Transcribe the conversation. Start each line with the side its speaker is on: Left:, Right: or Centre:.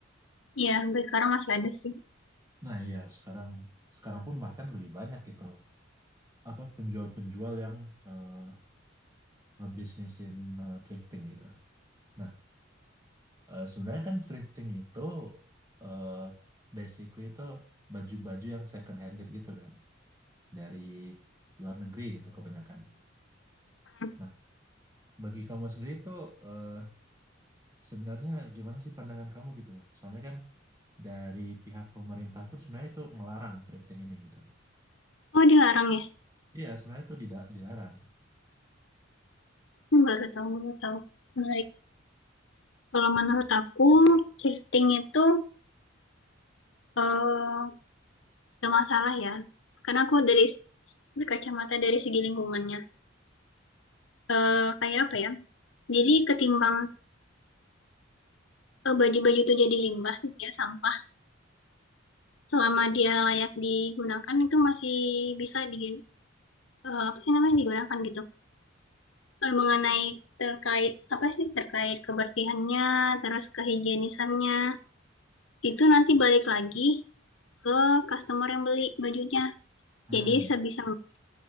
Left: Ya, gue sekarang masih ada sih.
Right: Nah iya, sekarang sekarang pun bahkan lebih banyak gitu, apa penjual-penjual yang eh, ngebisnisin eh, thrifting gitu. Nah, eh, sebenarnya kan thrifting itu eh, basically itu baju-baju yang second handed gitu kan, dari luar negeri gitu kebanyakan.
Left: Hmm.
Right: Nah, bagi kamu sendiri itu eh, sebenarnya gimana sih pandangan kamu gitu, Pak? Soalnya kan dari pihak pemerintah pun sebenarnya itu melarang thrifting ini gitu.
Left: Oh, dilarang ya?
Right: Iya, sebenarnya itu dida- dilarang.
Left: Hmm, Baru tahu, baru tahu. Menarik. Kalau menurut aku, thrifting itu eh gak masalah ya. Karena aku dari berkacamata dari segi lingkungannya. Eh kayak apa ya? Jadi ketimbang eh, baju-baju itu jadi limbah gitu ya, sampah. Selama dia layak digunakan itu masih bisa di, eh, apa sih namanya digunakan gitu. Eh, mengenai terkait apa sih terkait kebersihannya terus kehigienisannya itu nanti balik lagi ke customer yang beli bajunya
Right: Hmm.
Left: jadi sebisa mungkin